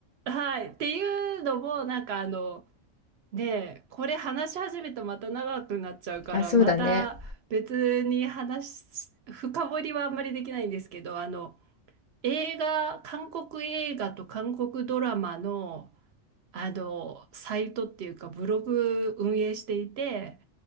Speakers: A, on the right; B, on the left.
A: はい。っていうのも、なんかあの、ねえ、これ話し始めたまた長くなっちゃうから、
B: あ、そうだね。
A: また別に話し、深掘りはあんまりできないんですけど、あの、映画、韓国映画と韓国ドラマの、あの、サイトっていうか、ブログ運営していて、